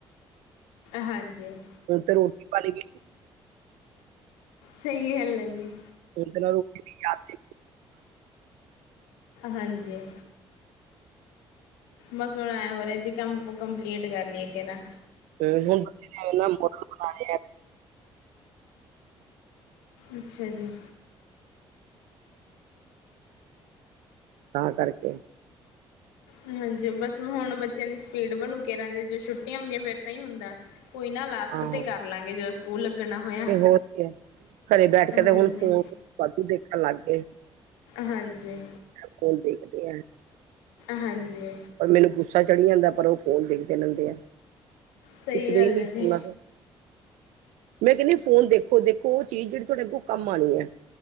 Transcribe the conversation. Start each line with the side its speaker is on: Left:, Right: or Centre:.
Left: ਹਾਂਜੀ
Right: ਹੁਣ ਤੇ ਰੋਟੀ ਪਾਣੀ ਵੀ
Left: ਸਹੀ ਗੱਲ ਹੈ ਜੀ
Right: ਯਾਦ ਜੀ
Left: ਹਾਂਜੀ ਬਸ ਹੁਣ ਐ ਹੋ ਰਿਹਾ ਜੀ ਕੰਮ ਕੰਪਲੀਟ ਕਰ ਲਈਏ ਇਕ ਇਹਦਾ।
Right: ਤੇ ਹੁਣ ਇਨਾ ਮੂਰਖ ਬਣਾ ਰਹੇ ਆ।
Left: ਅੱਛਾ ਜੀ
Right: ਤਾਂ ਕਰਕੇ
Left: ਹਾਂਜੀ ਬਸ ਹੁਣ ਬੱਚਿਆਂ ਦੀ ਸਪੀਡ ਬਣੂ ਕੇ ਰ ਜ ਛੁੱਟੀਆਂ ਹੁੰਦੀਆਂ ਫਿਰ ਇਦਾਂ ਹੀ ਹੁੰਦਾ ਕੋਈ ਨਾ ਲਾਸਟ
Right: ਹਾਂ
Left: ਤੇ ਕਰ ਲਾਂਗੇ ਜਦੋਂ ਸਕੂਲ ਲੱਗਣਾ ਹੋਇਆ।
Right: ਤੇ ਹੋਰ ਕੀ ਹੈ ਘਰੇ ਬੈਠ
Left: ਹਾਂਜੀ,
Right: ਕੇ ਤੇ ਹੁਣ ਫੋਨ ਵਾਧੂ ਦੇਖਣ ਲੱਗ ਗਏ।
Left: ਹਾਂਜੀ
Right: ਉਹ ਫੋਨ ਦੇਖਦੇ ਆ
Left: ਹਾਂਜੀ
Right: ਪਰ ਮੈਨੂੰ ਗੁੱਸਾ ਚੜੀ ਜਾਂਦਾ ਪਰ ਉਹ ਫੋਨ ਦੇਖਦੇ ਰਹਿੰਦੇ ਆ
Left: ਸਹੀ
Right: ਦਿਖਦਾ
Left: ਗੱਲ
Right: ਹੀ ਨਹੀਂ
Left: ਹੈ ਜੀ।
Right: ਉਹਨਾਂ ਨੂੰ ਮੈਂ ਕਹਿੰਦੀ ਫੋਨ ਦੇਖ ਦੇਖੋ ਉਹ ਚੀਜ਼ ਜਿਹੜੀ ਤੁਹਾਡੇ ਅੱਗੋਂ ਕੰਮ ਆਉਣੀ ਹੈ